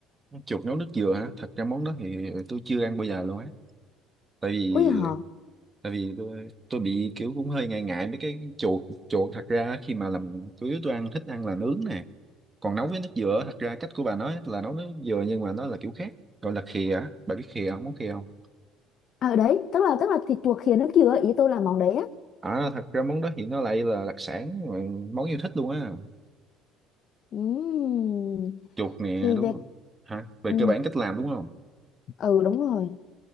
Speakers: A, on the right; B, on the left.
A: chuột nấu nước dừa hả thật ra món đó thì tôi chưa ăn bao giờ luôn á tại vì
B: ui hả
A: tại vì tôi tôi bị kiểu cũng hơi ngại ngại mấy cái chuột chuột thật ra khi mà làm chủ yếu tôi ăn thích ăn là nướng nè còn nấu với nước dừa thật ra cách của bà nói là nấu nước dừa nhưng mà nó là kiểu khác gọi là khìa á bà biết khìa không món khìa không
B: ở đấy tức là tức là thịt chuột khìa nước dừa ý tôi là món đấy á
A: à thật ra món đó thì nó lại là đặc sản món yêu thích luôn á
B: Ừm,
A: chuột nè
B: thì
A: đúng
B: về
A: không hả về
B: ừ
A: cơ bản cách làm đúng không
B: ừ đúng rồi